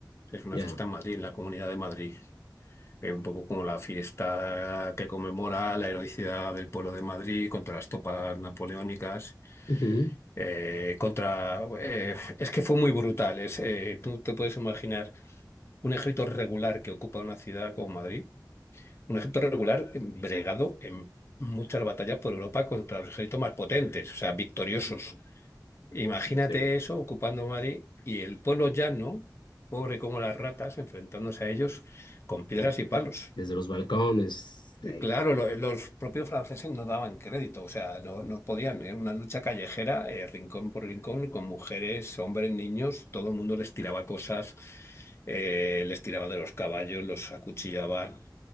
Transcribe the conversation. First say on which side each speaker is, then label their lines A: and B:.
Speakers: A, on the left; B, on the left.
A: Es una
B: ya.
A: fiesta en Madrid, en la Comunidad de Madrid. Es un poco como la fiesta que conmemora la heroicidad del pueblo de Madrid contra las tropas napoleónicas.
B: Ujú,
A: eh, contra, eh, es que fue muy brutal. Es, eh, tú te puedes imaginar un ejército regular que ocupa una ciudad como Madrid, un ejército regular bregado en muchas batallas por Europa contra los ejércitos más potentes, o sea, victoriosos. Imagínate
B: sí,
A: eso ocupando Madrid y el pueblo llano, pobre como las ratas, enfrentándose a ellos con piedras
B: eh,
A: y palos.
B: desde los balcones,
A: Y
B: ahí,
A: claro, lo- los propios franceses no daban crédito, o sea, no, no podían. Era una lucha callejera, eh, rincón por rincón, con mujeres, hombres, niños, todo el mundo les tiraba cosas, eh, les tiraba de los caballos, los acuchillaban.